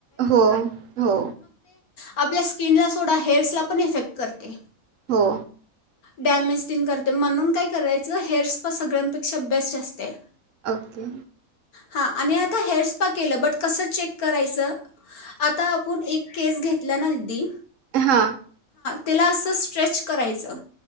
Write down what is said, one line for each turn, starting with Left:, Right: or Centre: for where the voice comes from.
Right: हो हो.
Left: आपल्या स्किनला सोडा, हेअर्स ला पण इफेक्ट करते.
Right: हो.
Left: डॅमेज तिन करते म्हणून काय करायचं, हेअर्स स्पा सगळ्यांपेक्षा बेस्ट असते.
Right: ओके.
Left: हा आणि आता हेअर स्पा केलं, बट कसं चेक करायचं. आता आपण एक केस घेतला ना दिदी,
Right: हा.
Left: त्याला असं स्ट्रेच करायचं.